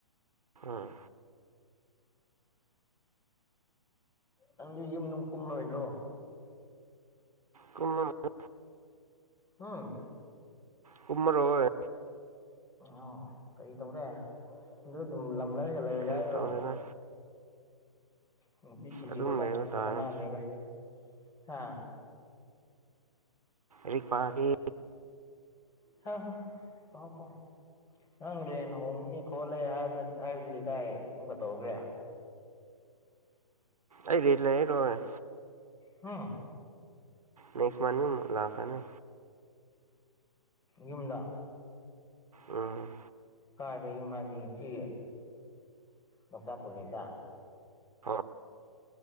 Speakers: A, on the right; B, on the left.
A: ꯎꯝ
B: ꯅꯡꯗꯤ ꯌꯨꯝ ꯅꯨꯡ ꯀꯨꯝꯂꯣꯏꯗ꯭ꯔꯣ
A: ꯀꯨꯃꯥ ꯀꯦ
B: ꯌꯨꯝ
A: ꯀꯨꯃꯔꯣꯏ
B: ꯑꯣ ꯀꯦꯇꯧꯔꯦ ꯑꯗꯨꯗꯨꯝ ꯂꯞ ꯂꯝꯂꯔꯒ ꯂꯩꯔꯒ
A: ꯑꯩ
B: ꯍꯥꯏꯔꯣ
A: ꯇꯧꯗꯦꯗ
B: ꯅꯨꯄꯤ ꯊꯤꯖꯤꯜꯂꯨꯗ
A: ꯑꯗꯨꯝ ꯂꯩꯕ
B: ꯀꯩꯁꯨ
A: ꯇꯥꯔꯦ
B: ꯀꯥꯟꯅꯗ꯭ꯔꯦꯗ ꯊꯥ
A: ꯔꯤꯛꯄꯥꯥꯒꯤ
B: ꯍ ꯍ ꯍ ꯄꯥꯎ ꯄꯥꯎ ꯅꯝ ꯔꯦꯟ ꯍꯣꯡꯅꯤ ꯈꯣꯠꯂꯦ ꯍꯥꯏꯅꯥꯇ ꯍꯥꯏꯕꯗꯨꯗꯤ ꯀꯥꯏꯒ ꯇꯧꯈ꯭ꯔꯦ
A: ꯑꯩ ꯔꯦꯟ ꯂꯩꯔꯔꯣꯏ
B: ꯍꯥ
A: ꯔꯣ <unintelligible> ꯂꯥꯀꯅꯤ
B: ꯌꯨꯝꯗ
A: ꯎꯝ
B: ꯀꯥꯏꯗ ꯌꯨꯝ ꯍꯥꯏꯗꯤ ꯁꯤ ꯂꯣꯛꯇꯥꯛ ꯄꯔꯣꯖꯦꯛꯇ
A: ꯍꯣꯏ